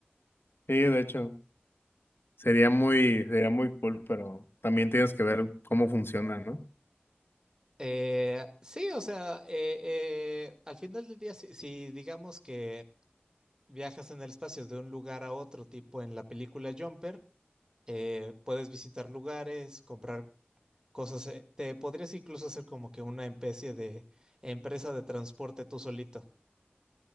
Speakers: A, on the left; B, on the right.
A: Sí, de hecho. Sería muy, sería muy cool, pero también tienes que ver cómo funciona, ¿no?
B: Eh, sí, o sea, eh, eh, al final del día, si si digamos que viajas en el espacio de un lugar a otro tipo en la película Jumper, eh, puedes visitar lugares, comprar cosas. eh, Te podrías incluso hacer como que una especie de empresa de transporte tú solito.